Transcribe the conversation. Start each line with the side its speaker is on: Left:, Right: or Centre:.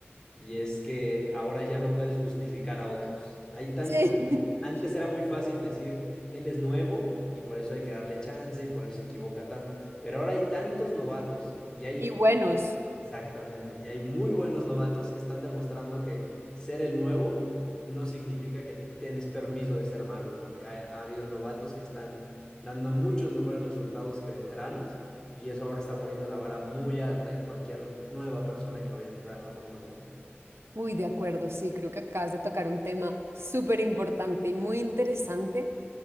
Left: y es que ahora ya no puedes justificar a otros. Hay tantos.
Right: Sí. <laughs>
Left: no- Antes era muy fácil decir, él es nuevo y por eso hay que darle chance y por eso se equivoca tanto. Pero ahora hay tantos novatos y hay
Right: Y buenos.
Left: Exactamente. Y hay muy buenos novatos que están demostrando que ser el nuevo no significa que tienes permiso de ser malo, porque ha, ha habido novatos que están dando muchos mejores resultados que veteranos y eso ahora está poniendo la vara muy alta en cualquier nueva persona que vaya a entrar a la Fórmula Uno.
Right: Uy, de acuerdo, sí, creo que acabas de tocar un tema súper importante y muy interesante